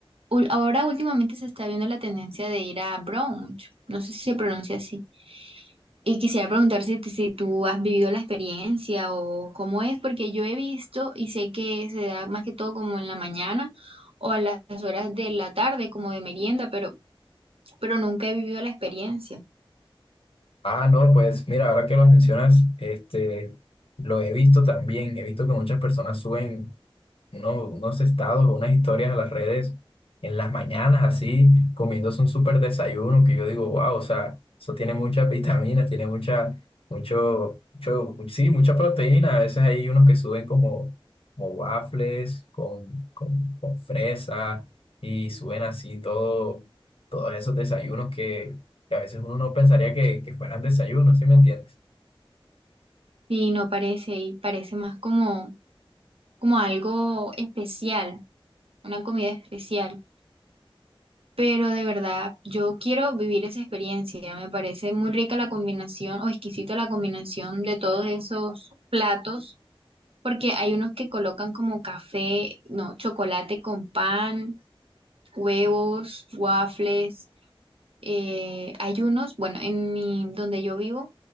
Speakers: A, on the right; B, on the left.
A: ul- ahora últimamente se está viendo la tendencia de ir a brunch, no sé si se pronuncia así. Y quisiera preguntar si, si tú has vivido la experiencia o cómo es, porque yo he visto y sé que se da más que todo como en la mañana o a las horas de la tarde, como de merienda, pero, pero nunca he vivido la experiencia.
B: Ah, no, pues mira, ahora que lo mencionas, este, lo he visto también, he visto que muchas personas suben uno- unos estados o unas historias a las redes en las mañanas, así, comiéndose un súper desayuno, que yo digo, wow, o sea, eso tiene muchas vitaminas, tiene mucha, mucho, mucho, sí, mucha proteína. A veces hay unos que suben como, como waffles con, con, con fresa y suben así todo, todos esos desayunos que, que a veces uno no pensaría que, que fueran desayunos, ¿sí me entiendes?
A: Y no parece, y parece más como, como algo especial, una comida especial. Pero de verdad, yo quiero vivir esa experiencia. Me parece muy rica la combinación o exquisita la combinación de todos esos platos Porque hay unos que colocan como café, no, chocolate con pan, huevos, waffles. eh, hay unos, bueno, en mi, donde yo vivo,